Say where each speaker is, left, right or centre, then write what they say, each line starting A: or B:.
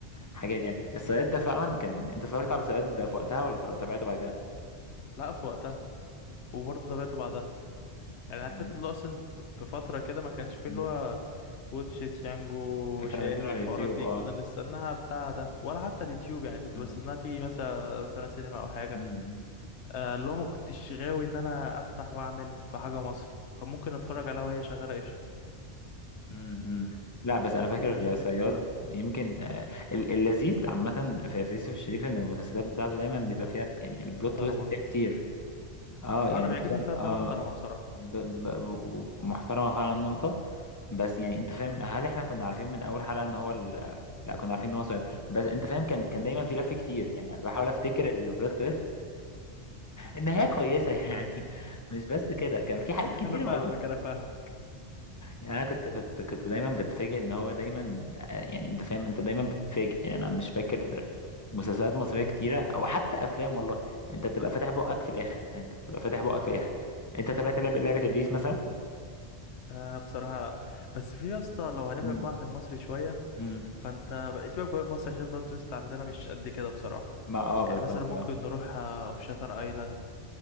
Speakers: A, on the left; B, on the left.
A: حاجات يعني الصياد ده فعلا كان انت اتفرجت على صياد في وقتها ولا اتفرجت- تابعته بعد
B: لا في وقتها وبرضه تابعته بعدها يعني
A: كده
B: عارف انت اللي هو اصلا في فترة كده ما كانش فيه
A: مم.
B: اللي هو واتشيت يانجو
A: كانوا
B: شاهد
A: بينزلوا على
B: الحوارات
A: اليوتيوب
B: دي
A: اه
B: كنا بنستناها بتاع ده ولا حتى اليوتيوب يعني كنت
A: مم.
B: بستناها تيجي مثلا روتانا سينما او حاجة
A: مم.
B: آه، اللي هو ما كنتش غاوي ان انا افتح واعمل في حاجة مصري كان ممكن اتفرج عليها وهي شغالة قشطة
A: مم. مم. لا بس
B: اه
A: انا فاكر
B: ايام ايجي
A: الصياد
B: بيست بقى
A: يمكن آه، ال- اللذيذ عامه في في يوسف الشريف ان المسلسلات بتاعته دايما بيبقى فيها يعني البلوت
B: محترمة
A: تويست فيها كتير اه يعني
B: لا انا بيعجبني
A: انت فاهم
B: فيها انها
A: اه
B: محترمة بصراحة
A: ب- ب- محترمه فعلا نقطه بس يعني انت فاهم هل احنا كنا عارفين من اول حلقه ان هو ال... لا كنا عارفين ان هو صياد بس انت فاهم كان كان دايما في لف كتير يعني انا بحاول افتكر البلوت تويست النهايه كويسه <laughs> يعني مش بس كده كان في حاجات
B: <laughs>
A: كتير
B: انا فاهمك
A: والله
B: انا فاهمك
A: يعني انا كنت كنت كنت دايما بتفاجئ ان هو دايما آه، يعني انت فاهم انت دايما بتتفاجئ يعني انا مش فاكر مسلسلات مصريه كتيره او حتى افلام والله انت بتبقى فاتح بقك في الاخر يعني انت بتبقى فاتح بقك في الاخر انت تابعت لعبه لعبه
B: اه
A: ابليس مثلا
B: آه، بصراحة لا بس في يا اسطى لو هنبعد
A: مم.
B: بقى عن المصري شوية
A: مم.
B: فانت بقيت بقى بقى مصر عشان البلوت تويست عندنا مش قد كده بصراحة
A: ما اه بالظبط
B: يعني مثلا ممكن
A: اه
B: نروح آه، في شاتر ايلاند